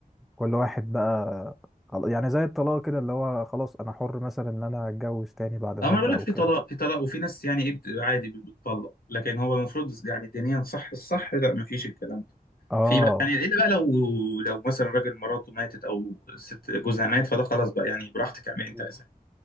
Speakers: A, in the centre; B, on the left.
A: كل واحد بقى خلاص- يعني زي الطلاق كده اللي هو خلاص انا حر مثلا ان انا اتجوز تاني بعد مدة
B: اما انا بقول لك
A: او
B: في
A: كده
B: طلاق في طلاق وفي ناس يعني ايه بت- عادي بت- بتطلق لكن هو المفروض يعني دينيا صح الصح لا ما فيش الكلام ده
A: اه
B: في بقى يعني الا بقى لو لو مثلا راجل مراته ماتت او ست جوزها مات فده خلاص بقى يعني براحتك اعملي انت
A: مم.
B: عايزاه